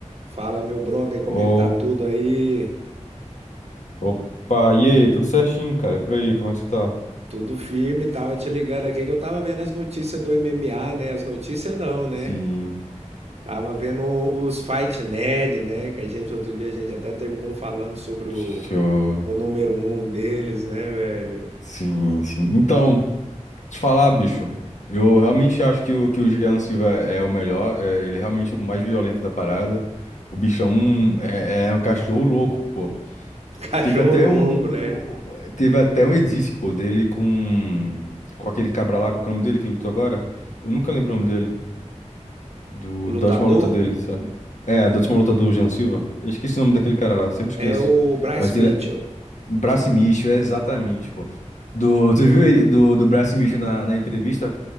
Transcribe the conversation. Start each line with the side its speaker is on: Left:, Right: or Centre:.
Right: Fala, meu brother, como
Left: Ô-
Right: é que tá tudo aí?
Left: Opa, e aí, tudo certinho, cara? E Por aí, como é que você tá?
Right: Tudo firme, tava te ligando aqui que eu tava vendo as notícias do MMA, né? As notícias não, né?
Left: Sim,
Right: Tava vendo os Fight Nerd, né? Que a gente, outro dia, a gente até terminou falando sobre
Left: deixa
Right: o,
Left: eu...
Right: o número um deles, né, velho?
Left: Sim, sim. Então, te falar, bicho, eu realmente acho que o, que o Jean Silva é o melhor, é, ele é realmente o mais violento da parada. O bichão é, é um cachorro louco, pô.
Right: <laughs> Cachorro
Left: Teve até
Right: louco,
Left: um,
Right: né?
Left: um- um- teve até um edit, pô, dele com, com aquele cabra lá, qual que é o nome dele que ele lutou agora? Eu nunca lembro o nome dele. Do, da
Right: Lutador
Left: última luta dele, sabe? É, da última luta do Jean Silva. Eu esqueci o nome daquele cara lá, sempre esqueço.
Right: é o Bryce
Left: Mas
Right: Mitchell.
Left: ele é. Brasimicho, é exatamente, pô. Do, tu viu ele- do, do Brasimicho na, na entrevista